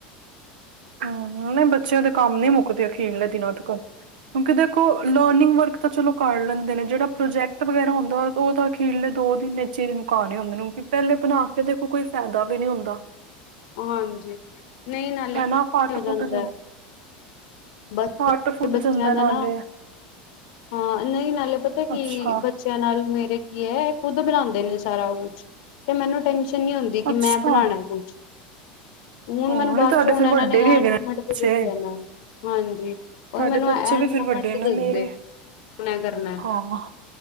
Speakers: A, on the right; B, on the left.
A: ਹਮ ਨਹੀਂ ਬੱਚਿਆਂ ਦੇ ਕੰਮ ਨੀ ਮੁੱਕਦੇ ਅਖੀਰਲੇ ਦਿਨਾਂ ਤੋਂ ਕਿਉਂਕਿ ਦੇਖੋ ਲਰਨਿੰਗ ਵਰਕ ਤਾਂ ਚਲੋ ਕਰ ਲੈਂਦੇ ਨੇ ਜਿਹੜਾ ਪ੍ਰੋਜੈਕਟ ਵਗੈਰਾ ਹੁੰਦਾ ਉਹ ਤਾਂ ਅਖੀਰਲੇ ਦੋ ਦਿਨ ਨਚੇ ਮੁਕਾਣੇ ਹੁੰਦੇ ਨੇ। ਪਹਿਲੇ ਬਣਾ ਕੇ, ਦੇਖੋ ਕੋਈ ਫਾਇਦਾ ਵੀ ਨਹੀਂ ਹੁੰਦਾ।
B: ਹਾਂਜੀ। ਨਹੀਂ ਨਾਲੇ
A: ਹੈ, ਫੱਟ
B: ਹੋ ਜਾਂਦਾ
A: ਫੁੱਟ ਜਾਂ।
B: ਬਸ
A: ਫੱਟ ਫੁੱਟ,
B: ਬੱਚਿਆਂ
A: ਜਾਂਦਾ
B: ਦਾ
A: ਨਾਲੇ।
B: ਨਾ ਹਾਂ, ਨਹੀਂ ਨਾਲੇ ਪਤਾ ਕਿ
A: ਅੱਛਾ
B: ਬੱਚਿਆਂ ਨਾਲ ਮੇਰੇ ਕੀ ਹੈ ਇਹ ਖੁੱਦ ਬਣਾਉਂਦੇ ਨੇ ਸਾਰਾ ਤੇ ਮੈਨੂੰ ਟ ਪੁੱ ਨੀ ਹੁੰਦੀ ਕਿ
A: ਅੱਛਾ
B: ਮੈਂ ਬਣਾਉਣਾ ਕੁਛ ਹੁਣ
A: ਹਾਂ
B: ਮੈਨੂੰ ਬਾਅਦ
A: ਨਹੀਂ ਤੁਹਾਡੇ
B: ਚ ਹੁਣ
A: ਫਿਰ
B: ਇਹਨਾਂ
A: ਵੱਡੇ
B: ਨੇ
A: ਵੀ
B: ਐ
A: ਹੈਗੇ
B: ਮੂਮੈਂਟ
A: ਬੱਚੇ
B: ਤੇ ਦੱਸ ਇਹਨਾਂ ਨੇ ਹਾਂਜੀ
A: ਤੁਹਾਡੇ
B: ਓਹੀ ਮੈਨੂੰ
A: ਬੱਚੇ
B: ਐਂਡ
A: ਵੀ ਫਿਰ
B: ਮੂਮੈਂਟ
A: ਵੱਡੇ
B: ਤੇ
A: ਨੇ
B: ਦੱਸਦੇ
A: ਮੇਰੇ
B: ਹੂਨੇ ਕਰਨਾ।
A: ਹਾਂ।